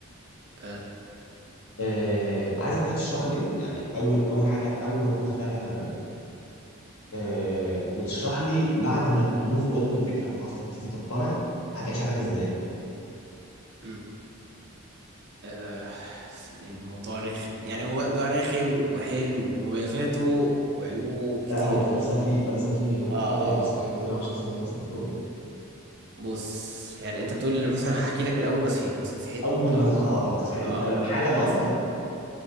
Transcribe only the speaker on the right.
اه
امم آه. ثانية، موضوع رخم يعني هو موضوع رخم وحلو ومميزاته وعيوبه كتيرة
اه اه
آه.
بص يعني انت بتقول مثلا هحكي لك من اول ما صحيت مثلا صحيت
اهو
اه
انا
س-